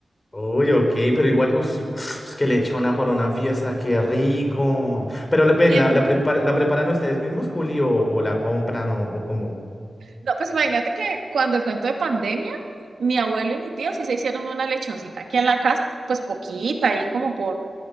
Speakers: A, on the left; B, on the right.
A: Uy, ok, pero igual, uy, su- <sniffs> es que lechona para una fiesta, qué rico. Pero la- ven,
B: Bien.
A: ¿la, la, prepara- la preparan ustedes mismos, Juli, o, o la compran o, o cómo?
B: No, pues imagínate que cuando el cuento de pandemia, mi abuelo y mi tío sí se hicieron una lechoncita aquí en la casa, pues poquita, ahí como por